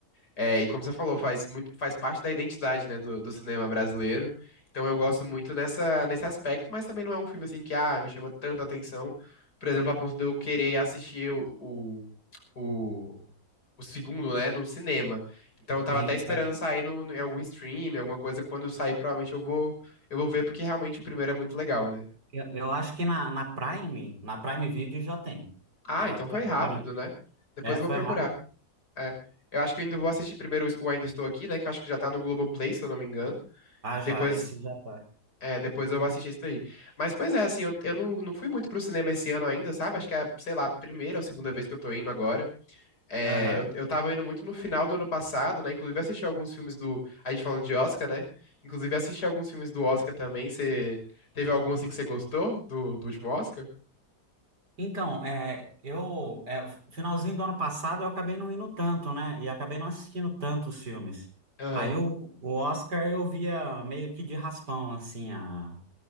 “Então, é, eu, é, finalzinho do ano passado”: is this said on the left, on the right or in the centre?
Right